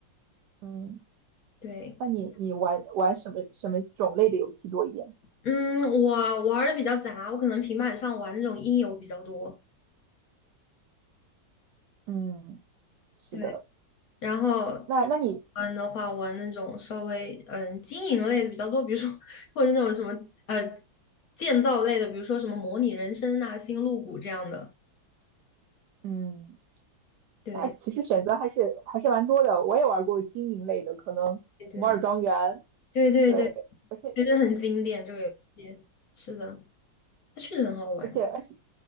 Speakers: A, on the right (about 70°); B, on the left (about 60°).
A: 嗯，
B: 对，
A: 那你你玩玩什么什么种类的游戏多一点？
B: 嗯，我玩的比较杂，我可能平板上玩那种音游比较多。
A: 嗯，是的。
B: 对然后
A: 那那你，
B: 玩的话，玩那种稍微嗯经营类的比较多，比如说或者那种什么呃建造类的，比如说什么模拟人生呐、星露谷这样的。
A: 嗯。
B: 对
A: 那其实选择还是还是蛮多的。我也玩过经营类的，可能摩尔庄园，
B: 对对对对对，
A: 对，而且
B: 觉得很经典这个游戏。是的，它确实很好玩。
A: 而且而且